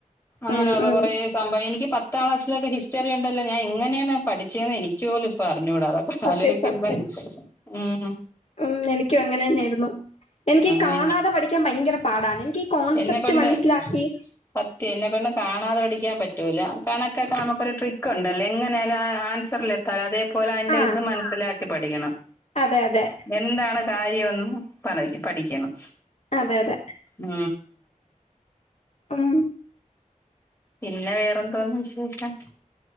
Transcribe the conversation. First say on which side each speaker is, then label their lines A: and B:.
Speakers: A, on the left; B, on the left.
A: അങ്ങനെയുള്ള
B: ഉം ഉം
A: കൊറേ സംഭവ എനിക്ക് പത്താം ക്ലാസിലൊക്കെ ഹിസ്റ്ററിണ്ടല്ല ഞാൻ എങ്ങനെയാണ് പഠിച്ചേന്ന് എനിക്കോലും ഇപ്പോൾ അഞ്ഞൂടാ
B: സത്യം
A: ആലോജിക്കുമ്പം
B: സത്യം
A: ഉം
B: ഉം എനിക്കും അങ്ങനെ തന്നെയായിരുന്നു എനിക്കീ
A: അങ്ങനെ
B: കാണാതെ പഠിക്കാൻ ഭയങ്കര പാടാണ് എനിക്ക് ഈ കോൺസെപ്റ്റ്
A: എന്നെ കൊണ്ട്
B: മനസ്സിലാക്കി
A: സത്യം എന്നെക്കൊണ്ടും കാണാതെ പഠിക്കാൻ പറ്റൂല കണക്കൊക്കെ നമുക്കൊരു ട്രിക്ക്ണ്ടല്ലോ എങ്ങനെയായാലും <unintelligible> പരാതിയെപോലെ അയ്ന്റെ
B: ആ
A: ഇത് മനസ്സിലാക്കി പഠിക്കണം
B: അതെ അതെ
A: എന്താണ് കാര്യൊയ്ന്നും പറയിക്ക് പഠിക്കണം
B: അതെ അതെ
A: ഉം
B: ഉം
A: പിന്നെ വേറെന്തോന്ന് വിശേഷം